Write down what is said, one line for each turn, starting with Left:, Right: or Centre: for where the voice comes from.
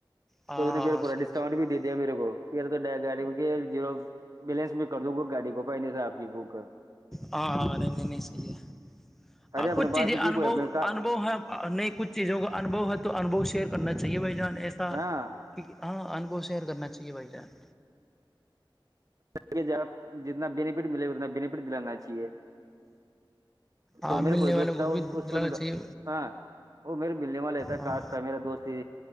Centre: ہاں
Right: تو اس نے
Centre: ہاں
Right: پھر پورا
Centre: صحیح
Right: ڈسکاؤنٹ
Centre: ہے صحیح ہے
Right: بھی دے دیا میرے کو پھر تو گاڑی جیرو بیلنس میں کر دوں گا گاڑی کو پہنے سے آپ کی کو
Centre: ہ نہیں صی ہے
Right: ارے اپنے
Centre: کچھ
Right: پاس
Centre: چیزیں
Right: تو تھی
Centre: انبو
Right: کوئی اپنے کا،
Centre: ہے نہیں کچھ چیزوں کا انبو ہے تو انوھو شیئر کرنااہے بھائی جان ایسا
Right: ہاں
Centre: کیک ہاں انبھو شیئر کرنا چاہیے بھائی جان
Right: کے ج آپ جتنا بینفٹ ملےا اتنا بینیفٹ دلانا چاہیے
Centre: اور
Right: تو میرا
Centre: ملنے
Right: کوئی دوست
Centre: والوں کو
Right: تھا
Centre: بھی
Right: اس
Centre: جلانا
Right: کو
Centre: چاہیے
Right: ہاں وہ میرے بلیم لیتا
Centre: ہاں
Right: کاش تھا میرا دوست ہی